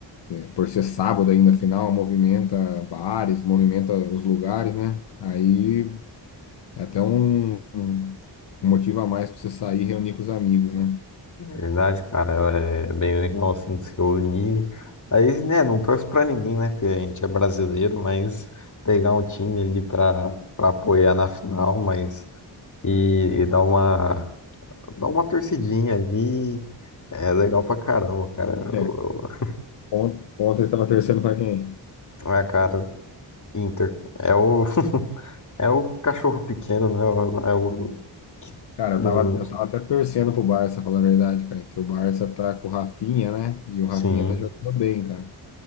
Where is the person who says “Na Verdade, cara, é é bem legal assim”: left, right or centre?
Left